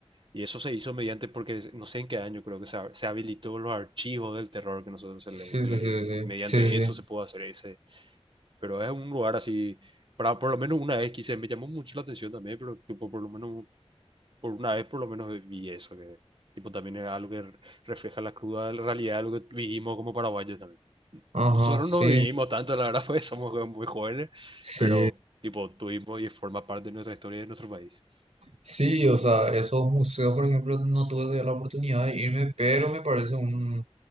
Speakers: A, on the right; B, on the right.
A: Y eso se hizo mediante, porque no sé en qué año creo que se, ha- se habilitó los archivos del terror que nosotros
B: sí,
A: se le, se
B: sí,
A: le
B: sí,
A: dice.
B: sí,
A: Mediante
B: sí, sí, sí.
A: eso se puede hacer ese. Pero es un lugar así, para, por lo menos una vez quise, me llamó mucho la atención también, pero tipo, por lo menos, por una vez por lo menos vi eso, que tipo también es algo que refleja la cruda realidad de lo que vivimos como paraguayos también.
B: Ajá,
A: Nosotros
B: sí,
A: no vivimos tanto, la verdad, <laughs> pues somos muy jóvenes,
B: sí.
A: pero tipo tuvimos y forma parte de nuestra historia y de nuestro país.
B: Sí, o sea, esos museos, por ejemplo, no tuve la oportunidad de irme, pero me parece un,